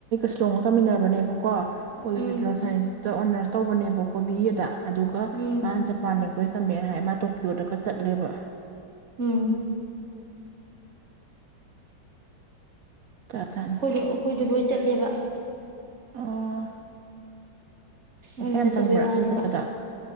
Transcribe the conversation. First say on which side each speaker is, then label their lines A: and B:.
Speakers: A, on the right; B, on the right.
A: ꯁꯤꯜꯂꯣꯡꯗ ꯇꯝꯃꯤꯟꯅꯕꯅꯦꯕꯀꯣ ꯄꯣꯂꯤꯇꯤꯀꯦꯜ
B: ꯎꯝ
A: ꯁꯥꯏꯟꯁꯇ ꯑꯣꯅꯔꯁ ꯇꯧꯕꯅꯦꯕꯀꯣ ꯀꯣꯕꯤ ꯑꯗ ꯑꯗꯨꯒ
B: ꯎꯝ
A: ꯃꯥ ꯖꯄꯥꯟ ꯋꯦꯁ ꯇꯃꯦꯅ ꯍꯥꯏ ꯃꯥ ꯇꯣꯀꯤꯌꯣꯗꯒ ꯆꯠꯂꯦꯕ
B: ꯎꯝ
A: ꯖꯥꯠ ꯖꯥꯠꯅꯤ
B: ꯑꯩꯈꯣꯏꯁꯨ ꯑꯩꯈꯣꯏꯁꯨ ꯂꯣꯏ ꯆꯠꯂꯦꯕ <inaudible>
A: ꯑꯣ ꯄꯩꯁꯥ
B: ꯑꯩꯅ
A: ꯌꯥꯝ
B: ꯆꯠꯇꯕꯩ
A: ꯆꯪꯕ꯭ꯔꯥ
B: ꯋꯥꯅꯦꯕ
A: ꯑꯗꯨ ꯆꯠꯄꯗ